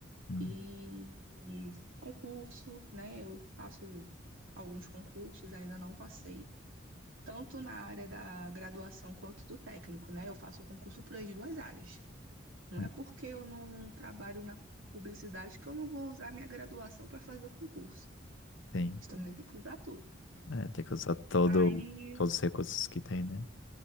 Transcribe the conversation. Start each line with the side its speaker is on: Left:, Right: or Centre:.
Left: Hum,
Right: E concurso, né? Eu faço alguns concursos, ainda não passei, tanto na área da graduação quanto do técnico, né? Eu faço concurso para as duas áreas. Não
Left: hum,
Right: é porque eu não trabalho na publicidade que eu não vou usar minha graduação para fazer o concurso.
Left: Tem.
Right: A também tem que usar tudo.
Left: É, tem que usar todo,
Right: Aí,
Left: todos os recursos que tem, né?